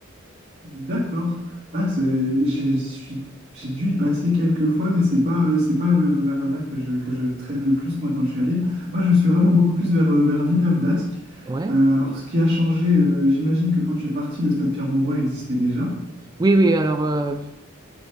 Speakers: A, on the right; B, on the right.
A: D'accord. Ah, c'est, j'ai j'suis- j'ai dû y passer quelques fois, mais c'est pas, euh, c'est pas euh, vers là que je, que je traîne le plus, moi, quand je suis à Lille. Moi, je suis vraiment beaucoup plus vers, euh, vers Villeneuve-d'Ascq.
B: Ouais.
A: Euh, alors, ce qui a changé, euh, j'imagine que quand tu es parti, le stade Pierre-Mauroy existait déjà.
B: Oui, oui, alors... euh,